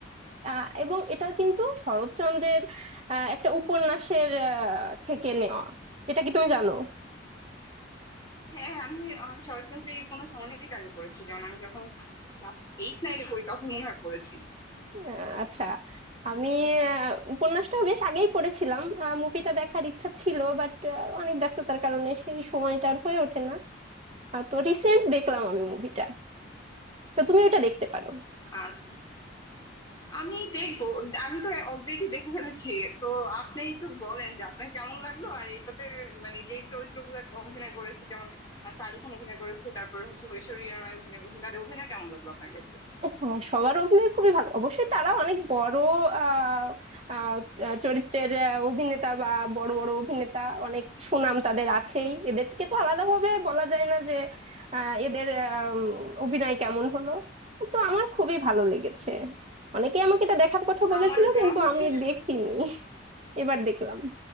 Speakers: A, on the right; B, on the left.
A: আহ, এবং এটা কিন্তু শরৎচন্দ্রের আহ, একটা উপন্যাসের আহ, থেকে নেওয়া এটা কি তুমি জানো
B: হ্যাঁ আমি আমি শরৎচন্দ্রের এই উপন্যাস অনেক আগে পড়েছি যেমন আমি যখন ক্লাস এইট নাইনে পড়ি তখন মনে হয় পড়েছি
A: আহ, আচ্ছা আমি আহ, উপন্যাসটা বেশ আগেই পড়েছিলাম মুভিটা দেখার ইচ্ছা ছিল বাট অনেক ব্যস্ততার কারণে সেই সময়টা আর হয়ে ওঠে না আহ, তো রিসেন্ট দেখলাম আমি মুভিটা তো তুমি ওটা দেখতে পারো
B: আচ্ছা। আমি দেখবো আমি তো অলরেডি দেখে ফেলেছি তো আপনি তো বলেন যে আপনার কেমন লাগলো আর এটাতে মানে যে চরিত্রগুলো অভিনয় করেছে যেমন আহ, শাহরুখ খান অভিনয় করেছে তারপর হচ্ছে ঐশ্বরিয়া রায় অভিনয় করেছে তাদের অভিনয় কেমন লাগলো আপনার কাছে
A: হ্যাঁ সবার অভিনয় খুবই ভালো অবশ্যই তারা অনেক বড় আহ আহ, আহ, চরিত্রের আহ, অভিনেতা বা বড় বড় অভিনেতা অনেক সুনাম তাদের আছেই এদেরকে তো আলাদাভাবে বলা যায় না যে আহ, এদের আম, অভিনয় কেমন হলো তো আমার খুবই ভালো লেগেছে অনেকে আমাকে এটা দেখার কথা বলেছিল
B: আমারও যেমন
A: কিন্তু
B: হচ্ছে
A: আমি দেখিনি এবার দেখলাম